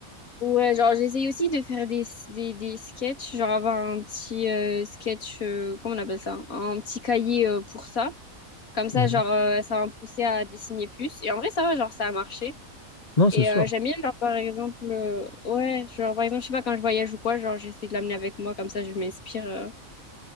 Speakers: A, on the left; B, on the left.
A: ouais, genre, j'essaye aussi de faire des, des, des sketchs, genre, avoir un petit euh, sketch, euh, comment on appelle ça? Un petit cahier euh, pour ça. Comme ça,
B: Mhm.
A: genre, euh, ça va me pousser à dessiner plus. Et en vrai, ça va, genre, ça a marché.
B: Non, c'est
A: Et
B: sûr.
A: euh, j'aime bien, genre, par exemple, euh, ouais, genre, par exemple, je sais pas, quand je voyage ou quoi, genre, j'essaie de l'amener avec moi, comme ça, je m'inspire, euh,